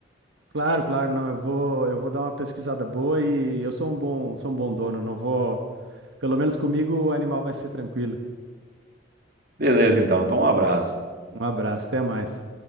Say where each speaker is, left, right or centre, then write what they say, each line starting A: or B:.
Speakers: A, on the right; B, on the right.
A: Claro, claro, não. Eu vou, eu vou dar uma pesquisada boa e eu sou um bom, sou um bom dono. Não vou, pelo menos comigo o animal vai ser tranquilo.
B: Beleza, então. Então, um abraço.
A: Um abraço, até mais.